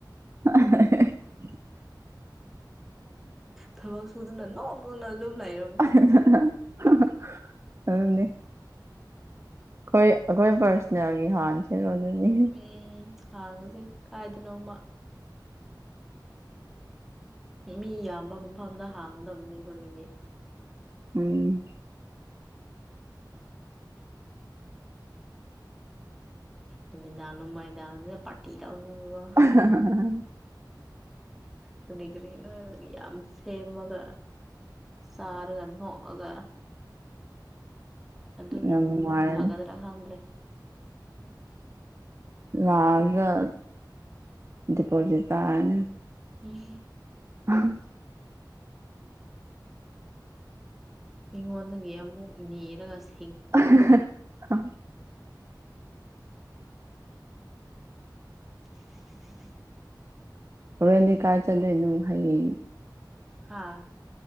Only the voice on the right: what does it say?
<unintelligible>
<unintelligible> ꯑꯗꯨꯅꯦ ꯑꯩꯈꯣꯏ ꯑꯩꯈꯣꯏ ꯄꯥꯔꯁꯣꯅꯦꯜꯒꯤ ꯍꯥꯟꯅ ꯁꯦꯔꯣꯟꯗꯅꯤ
ꯎꯝ
<unintelligible>
ꯌꯥꯝ ꯅꯨꯡꯉꯥꯏꯔꯅꯤ
ꯂꯥꯖꯇ ꯗꯤꯄꯣꯖꯤꯠ ꯇꯥꯔꯅꯤ
<unintelligible>
<unintelligible>
ꯍꯣꯔꯦꯟꯗꯤ ꯀꯥꯏ ꯆꯟꯗꯣꯏꯅꯣ ꯍꯌꯦꯡ